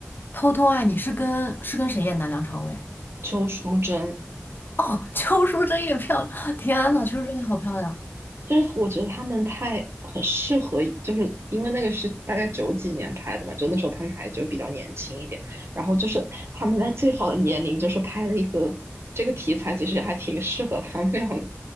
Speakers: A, on the left; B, on the right.
A: 偷偷爱你是跟是跟谁演的啊？梁朝伟？
B: 邱淑贞
A: 哦，邱淑贞也漂亮，天呐，邱淑贞也好漂亮
B: 就是我觉得他们太很适合，就是因为那个是大概九几年拍的嘛，就那时候他们还就比较年轻一点。然后就是他们在最好的年龄，就是拍了一个这个题材，其实也还挺适合他们两个。